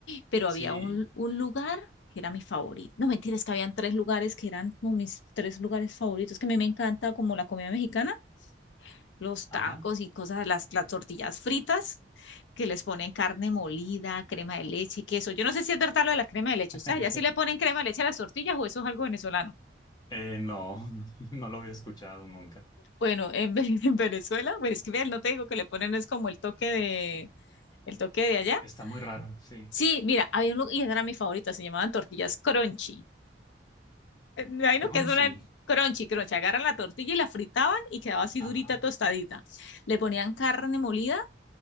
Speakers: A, on the left (about 85°); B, on the left (about 25°).
A: Pero
B: sí,
A: había un, un lugar que era mi favorito. No mentira, es que habían tres lugares que eran como mis tres lugares favoritos, que a mí me encanta como la comida mexicana, los
B: ajá,
A: tacos y cosas, las, las tortillas fritas, que les ponen carne molida, crema de leche, queso. Yo no sé si es verdad lo de la crema de leche,
B: <laughs>
A: o sea, ya sí le ponen crema de leche a las tortillas o eso es algo venezolano.
B: Eh, no, <laughs> no lo había escuchado nunca,
A: Bueno, en, Ve- <laughs> en Venezuela, pues es que ver, no te digo que le ponen es como el toque de, el toque de allá.
B: está muy raro, sí.
A: Sí, mira, había uno, y esa era mi favorita, se llamaban tortillas crunchy. Eh, Me imagino
B: Crunchy.
A: que es una crunchy, crunchy. Agarran la tortilla y la fritaban y quedaba así
B: Ajá,
A: durita, tostadita. Le ponían carne molida,